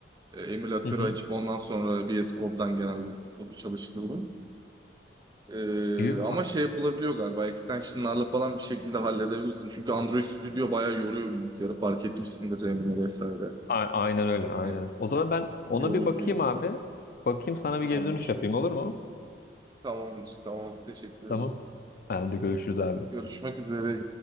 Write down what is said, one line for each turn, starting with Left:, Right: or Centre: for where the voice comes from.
Right: e, emülatörü
Left: Hı hı.
Right: açıp ondan sonra VS Code'dan genelde kodu çalıştırdım. E,
Left: Gibi mi?
Right: ama şey yapılabiliyor galiba extensionlarla falan bir şekilde halledebilirsin. Çünkü Android Studio bayağı yoruyor bilgisayarı fark etmişsindir RAM'ini vesaire.
Left: A- aynen öyle, aynen.
Right: Hani
Left: O zaman ben ona
Right: yorucu
Left: bir bakayım
Right: yani.
Left: abi. Bakayım sana
Right: Tamamdır.
Left: bir geri dönüş yapayım olur mu?
Right: Tamamdır. Tamam. Teşekkür
Left: Tamam.
Right: ederim.
Left: Hadi görüşürüz abi.
Right: Görüşmek üzere.